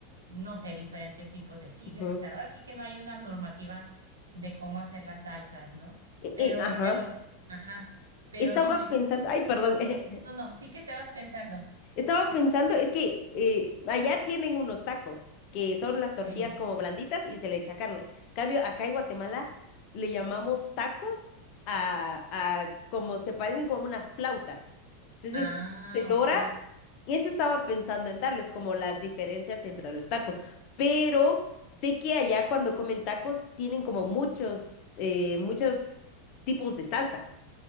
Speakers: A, on the right; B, on the left.
A: no sé, diferentes tipos de chiles.
B: ujú.
A: O sea, ahora sí que no hay una normativa de cómo hacer las salsas, ¿no?
B: Eh,
A: Pero,
B: eh, ajá.
A: pero, ajá, pero
B: Estaba
A: dime, sí-
B: pensando, ay, perdón. <laughs>
A: no, no, sí que estabas pensando.
B: Estaba pensando, es que eh, allá tienen unos tacos, que son las tortillas
A: Sí.
B: como blanditas y se le echa carne. Cambio, acá en Guatemala le llamamos tacos a, a como se parecen como unas flautas. Entonces,
A: Ah,
B: se dora,
A: ok,
B: y eso estaba pensando en darles como las diferencias entre los tacos. Pero sé que allá cuando comen tacos tienen como muchos, eh, muchos tipos de salsa.